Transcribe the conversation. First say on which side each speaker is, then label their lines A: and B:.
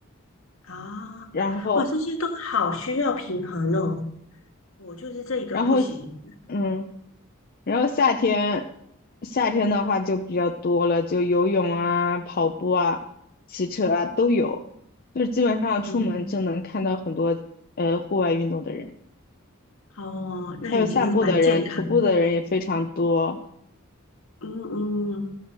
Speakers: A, on the left (about 70°); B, on the left (about 45°).
A: 啊？
B: 然后
A: 哇，这些都好需要平衡哦。我就是这一个不行。
B: 然后，嗯。然后夏天，夏天的话就比较多了，就游泳啊、跑步啊、骑车啊都有，就是基本上出门就能看到很多呃户外运动的人，
A: 嗯，哦，那已经是蛮健康的。
B: 还有散步的人、徒步的人也非常多。
A: 嗯嗯，